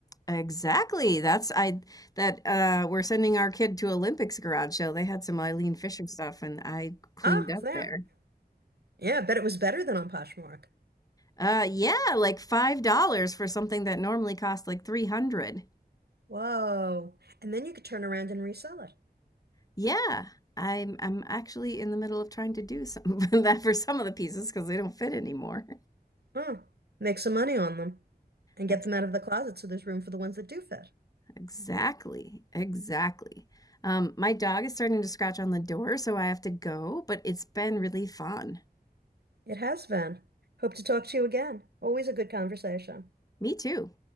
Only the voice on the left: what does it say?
Exactly. That's I that uh we're sending our kid to Olympics garage sale. They had some Eileen Fisher stuff and I cleaned
up
there.
Uh yeah, like five dollars for something that normally costs like 300.
Yeah. I'm I'm actually in the middle of trying to do some <laughs> of that for some of the pieces because they don't fit anymore.
<laughs>
Exactly. Exactly. Um, my dog is starting to scratch on the door, so I have to go, but it's been really fun.
Me too.